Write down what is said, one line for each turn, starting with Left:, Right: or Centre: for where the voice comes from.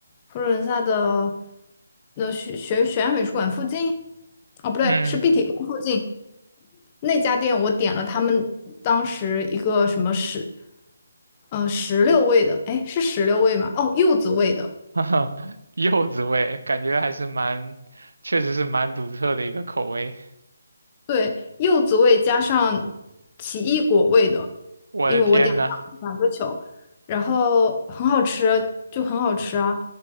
Left: 佛罗伦萨的那学学学院美术馆附近，哦，不对，
Right: 嗯，
Left: 是碧提宫附近那家店，我点了他们当时一个什么石，呃，石榴味的，哎，是石榴味吗？哦，柚子味的。
Right: <laughs> 哈哈，柚子味，感觉还是蛮，确实是蛮独特的一个口味。
Left: 对，柚子味加上奇异果味的，
Right: 我的天呐，
Left: 因为我点了两个球，然后很好吃，就很好吃啊！